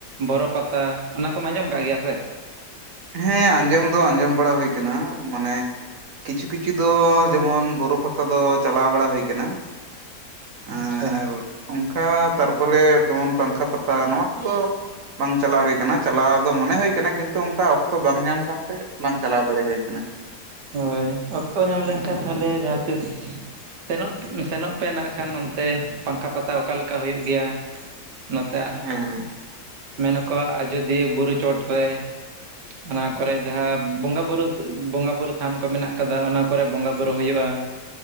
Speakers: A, on the right; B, on the right.
A: ᱵᱚᱨᱚ ᱯᱟᱼᱼ ᱛᱟ ᱚᱱᱟ ᱠᱚᱢ ᱟᱸᱡᱚᱢ ᱠᱟᱜ ᱜᱮᱭᱟ ᱥᱮ?
B: ᱦᱮᱸ ᱟᱸᱡᱚᱢ ᱫᱚ ᱟᱸᱡᱚᱢ ᱵᱟᱲᱟ ᱦᱩᱭ ᱠᱟᱱᱟ ᱢᱟᱱᱮ ᱠᱤᱪᱷᱩ ᱠᱤᱼᱼ ᱪᱷᱩ ᱫᱚ ᱡᱮᱢᱚᱱ ᱵᱚᱨᱚ ᱯᱟᱼᱼ ᱛᱟ ᱫᱚ ᱪᱟᱞᱟᱣ ᱵᱟᱲᱟ ᱦᱩᱭ ᱠᱟᱱᱟ ᱟᱨᱼᱼ
A: ᱟᱪᱪᱷᱟ
B: ᱚᱱᱠᱟ ᱛᱟᱨᱯᱚᱨᱮ ᱡᱮᱢᱚᱱ ᱯᱟᱝᱠᱷᱟ ᱯᱟᱛᱟ ᱱᱚᱣᱟ ᱠᱚᱫᱚ᱾ ᱵᱟᱝ ᱪᱟᱞᱟᱣ ᱦᱳᱭ ᱠᱟᱱᱟ ᱪᱟᱞᱟᱣ ᱫᱚ ᱢᱚᱱᱮ ᱦᱳᱭ ᱠᱟᱱᱟ ᱠᱤᱱᱛᱩ ᱚᱱᱠᱟᱼᱼ ᱚᱠᱛᱚ ᱵᱟᱝ ᱧᱟᱢ ᱠᱟᱱᱛᱮ ᱵᱟᱝ ᱪᱟᱞᱟᱣ ᱫᱟᱲᱮ ᱦᱳᱭ ᱠᱟᱱᱟ᱾
A: ᱦᱳᱭ ᱚᱠᱛᱚ ᱧᱟᱢ ᱞᱮᱱᱠᱷᱟᱱ ᱛᱟᱦᱚᱞᱮ ᱡᱟᱦᱟᱸ ᱛᱤᱥᱼᱼ ᱥᱮᱱᱚᱜ ᱥᱮᱱᱚᱜ ᱯᱮ ᱱᱟᱜ ᱠᱷᱟᱱ ᱚᱱᱛᱮ ᱯᱟᱝᱠᱷᱟ ᱯᱟᱛᱟ ᱚᱠᱟ ᱞᱮᱠᱟ ᱦᱳᱭᱳᱜ ᱜᱮᱭᱟ᱾ ᱱᱚᱛᱮ
B: ᱦᱮᱸ
A: ᱢᱮᱱ ᱟᱠᱚ ᱟᱡᱚᱫᱤᱭᱟᱹ ᱵᱩᱨᱩ ᱪᱚᱴᱨᱮ, ᱚᱱᱟ ᱠᱚᱨᱮ ᱡᱟᱦᱟᱸ ᱵᱚᱸᱜᱟ ᱵᱩᱨᱩ ᱵᱚᱸᱜᱟ ᱵᱩᱨᱩᱼᱼ ᱛᱷᱟᱱ ᱠᱚ ᱢᱮᱱᱟᱜ ᱟᱠᱟᱫᱟ ᱚᱱᱟ ᱠᱚᱨᱮ ᱵᱚᱸᱜᱟ ᱵᱩᱨᱩ ᱦᱩᱭᱩᱜᱼᱟ᱾